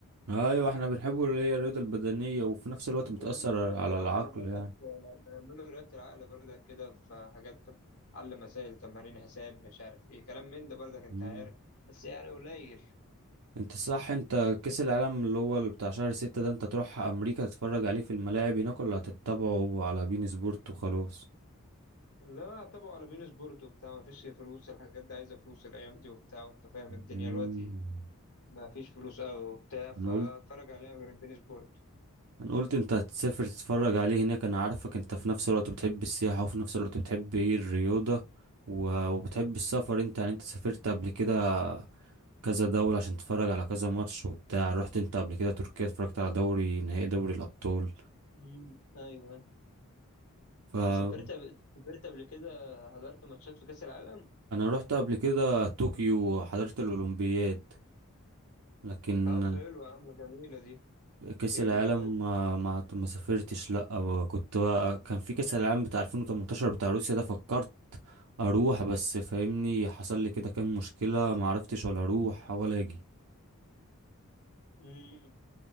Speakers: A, on the right; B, on the left.
A: أيوة احنا بنحبه اللي هي الرياضة البدنية وفي نفس الوقت
B: وبنعمله
A: بتأثر
B: رياضة
A: على
B: العقل
A: العقل
B: برضك
A: يعني
B: بنعمله رياضة العقل برضك كده في حاجات على مسائل تمارين حساب مش عارف ايه كلام من ده برضك انت
A: مم.
B: عارف بس يعني قليل
A: انت صح انت كأس العالم اللي هو اللي بتاع شهر ستة ده انت تروح أمريكا تتفرج عليه في الملاعب هناك ولا هتتابعه على بين سبورت وخلاص
B: لا طبعا على بين سبورت وبتاع ما فيش فلوس الحاجات دي عايزة فلوس الأيام دي وبتاع وانت فاهم الدنيا
A: مم.
B: دلوقتي ما فيش فلوس قوي وبتاع فاتفرج
A: انا قلت
B: عليها من بين سبورت
A: انا قلت انت هتسافر تتفرج عليه هناك انا عارفك انت في نفس الوقت بتحب السياحة وفي نفس الوقت بتحب ايه الرياضة و- وبتحب السفر انت يعني انت سافرت قبل كده كذا دولة عشان تتفرج على كذا ماتش وبتاع رحت انت قبل كده تركيا اتفرجت على دوري نهائي دوري الأبطال
B: امم ايوه
A: فانا
B: انت سافرت قبل- سافرت قبل كده حضرت ماتشات في كأس العالم؟
A: رحت قبل كده طوكيو وحضرت الأولمبياد لكن
B: طب حلو يا عم جميلة دي
A: كأس
B: دي
A: العالم
B: جميلة
A: ما ما ما سافرتش لا أو كنت بقى كان في كأس العالم بتاع 2018 بتاع روسيا ده فكرت اروح بس فاهمني حصل لي كده كام مشكلة ما عرفتش ولا اروح ولا اجي
B: قوي